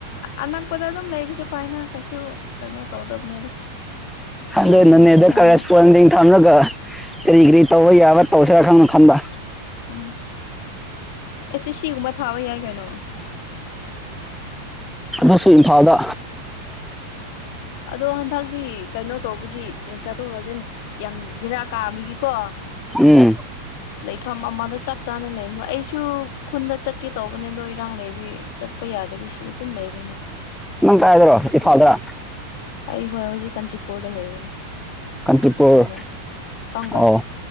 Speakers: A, on the left; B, in the centre.
A: ꯑꯅꯛꯄꯗ ꯑꯗꯨꯝ ꯂꯩꯕꯁꯨ ꯄꯥꯏꯅ ꯀꯩꯁꯨ ꯀꯩꯅꯣ ꯇꯧꯗꯕꯅꯦꯗ
B: ꯑꯗꯣ
A: ꯌꯥꯏꯅ
B: ꯅꯅꯦꯗ
A: ꯏꯁꯥꯅ
B: ꯀꯔꯦꯁꯄꯣꯟꯗꯤꯡ ꯊꯝꯔꯒ ꯀꯔꯤ ꯀꯔꯤ ꯇꯧꯕ ꯌꯥꯕ ꯑꯣꯥꯎꯁꯔ ꯈꯪꯅ ꯈꯕ
A: ꯎꯝ ꯑꯦꯁ ꯁꯤꯒꯨꯝꯕ ꯊꯥꯕ ꯌꯥꯏ ꯀꯩꯅꯣ
B: ꯑꯁꯨ ꯏꯝꯐꯥꯜꯗ
A: ꯑꯗꯣ ꯍꯟꯗꯛꯇꯤ ꯀꯩꯅꯣ ꯇꯧꯕꯒꯤ ꯆꯠꯊꯣꯛ ꯆꯠꯁꯤꯟ ꯌꯥꯝ ꯚꯦꯔꯥ ꯀꯥꯕꯒꯤꯀꯣ
B: ꯎꯝ
A: ꯂꯩꯐꯝ ꯃꯃꯥꯗ ꯆꯠꯄ ꯆꯞ ꯆꯥꯅ ꯂꯩ ꯑꯩꯁꯨ ꯈꯨꯟꯗ ꯆꯠꯀꯦ ꯇꯧꯕꯅꯦ ꯑꯗꯣ ꯏꯔꯥꯡ ꯂꯩꯕꯤ ꯆꯠꯄ ꯌꯥꯗꯕꯤꯁꯤꯗ ꯑꯗꯨꯝ ꯂꯩꯒꯅꯦ
B: ꯅꯪ ꯀꯥꯏꯗꯣ ꯏꯐꯥꯜꯗ꯭ꯔ
A: ꯑꯩ ꯍꯣꯏ ꯍꯧꯖꯤꯛ ꯀꯥꯟꯆꯤꯄꯨꯔꯗ ꯂꯩꯕꯅꯦ
B: ꯀꯥꯟꯆꯤꯄꯨꯔ
A: ꯍꯧꯗ ꯈꯪꯕ꯭ꯔꯥ
B: ꯑꯣ